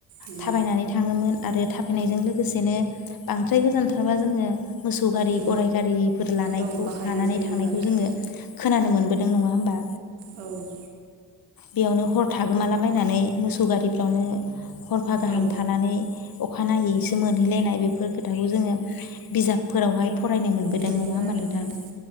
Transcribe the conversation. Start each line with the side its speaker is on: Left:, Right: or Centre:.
Right: उम
Left: थाबायनानै थाङोमोन आरो थाबायनायजों लोगोसेनो बांद्राय गोजानथारबा जोंङो। मोसौ गारि
Right: उम
Left: गराय गारिफोर लानायखौ
Right: औ बाहायनाय
Left: लानानै
Right: जायोमोन
Left: थांनायखौ
Right: आरो
Left: जोंङो खोनानो मोनबोदों। नों नंङा होनबा?
Right: औ <inaudible>
Left: बेयावनो हर थागोमाला बायनानै मोसौ गारिफ्रावनो। हरफा गाहाम
Right: औ
Left: थानानै अखानायैसो मोनहैलायनाय बेफोर खोथाखौ जोंङो। बिजाबफोरावहाय फरायनो मोनबोदों
Right: मोनो
Left: नंङा होमबा
Right: आरो
Left: नोंथां
Right: औ